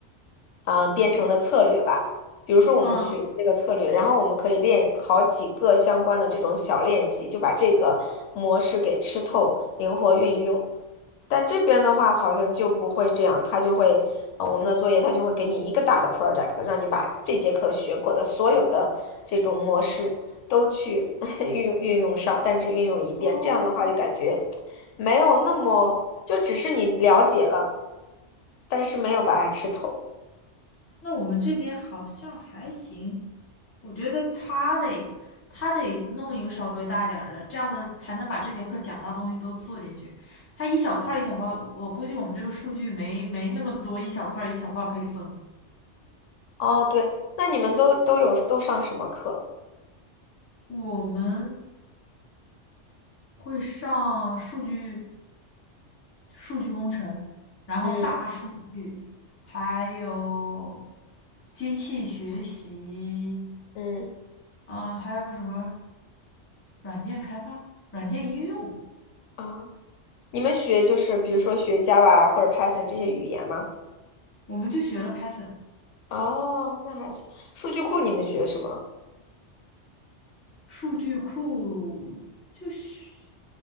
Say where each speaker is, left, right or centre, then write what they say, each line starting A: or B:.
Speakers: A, on the left; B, on the left.
A: 啊编程的策略吧。比如说我们学这个策略，
B: 嗯，
A: 然后我们可以练好几个相关的这种小练习，就把这个模式给吃透，灵活运用。但这边的话好像就不会这样，他就会，呃，我们的作业他就会给你一个大的 project，让你把这节课学过的所有的这种模式都去 <laughs> 运运用上，但只运用一遍。
B: 哦，
A: 这样的话就感觉。没有那么，就只是你了解了，但是没有把它吃透。
B: 那我们这边好像还行，我觉得他得他得弄一个稍微大一点儿的，这样子才能把这节课讲到的东西都做进去。他一小块儿一小块儿，我估计我们这个数据没没那么多，一小块儿一小块儿可以分。
A: 哦，对，那你们都都有都上什么课？
B: 我们会上数据数据工程，然后大数据，
A: 嗯
B: 还有机器学习，
A: 嗯
B: 啊、还有什么软件开发、软件应用，
A: 啊，你们学就是比如说学 Java 或者 Python 这些语言吗？
B: 我们就学了 Python。
A: 哦，那还行。数据库你们学什么
B: 数据库就学，